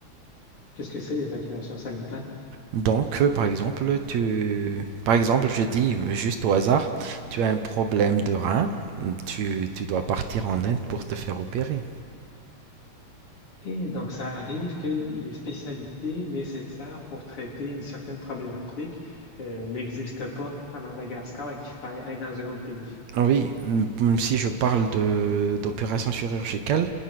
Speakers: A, on the left; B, on the right.
A: Qu'est-ce que c'est l'évacuation sanitaire?
B: Donc, euh, par exemple, tu, par exemple, je dis euh, juste au hasard, tu as un problème de rein, tu, tu dois partir en Inde pour te faire opérer.
A: OK, donc ça arrive que les spécialités nécessaires pour traiter une certaine problématique euh, n'existent pas à Madagascar et qu'il faille aller dans un autre pays.
B: Ah Oui, m- m- si je parle de d'opération chirurgicale,